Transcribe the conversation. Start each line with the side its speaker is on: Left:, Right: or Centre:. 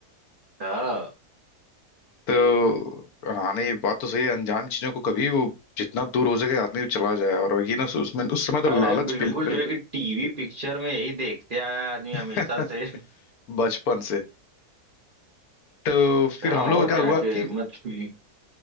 Right: हाँ
Left: तो हाँ नहीं बात तो सही है अनजान चीजों को कभी वो जितना दूर हो सके आदमी चला जाए और ये ना उसमें उस समय तो
Right: अरे
Left: लालच
Right: बिल्कुल
Left: बिल्कुल
Right: जो है कि टीवी पिक्चर में यही देखते आया है आदमी
Left: <laughs>
Right: हमेशा से
Left: बचपन से तो फिर
Right: हाँ
Left: हम लोग
Right: और
Left: का क्या
Right: क्या
Left: हुआ
Right: के
Left: कि
Right: मत छुई